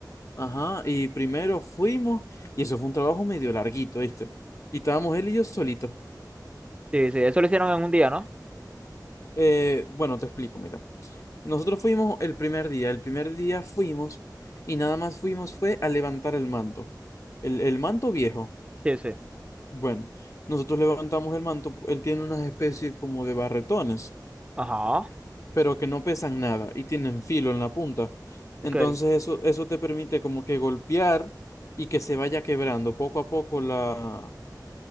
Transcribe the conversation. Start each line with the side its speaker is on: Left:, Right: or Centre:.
Left: Ajá, y primero fuimos, y eso fue un trabajo medio larguito, ¿viste? Y estábamos él y yo solitos.
Right: Sí, sí, eso lo hicieron en un día, ¿no?
Left: Eh, bueno, te explico, mira. Nosotros fuimos el primer día. El primer día fuimos y nada más fuimos fue a levantar el manto. El, el manto viejo.
Right: Sí, sí.
Left: Bueno, nosotros levantamos el manto. Él tiene unas especies como de barretones,
Right: Ajá.
Left: pero que no pesan nada y tienen filo en la punta. Entonces
Right: Ok.
Left: eso, eso te permite como que golpear y que se vaya quebrando poco a poco la,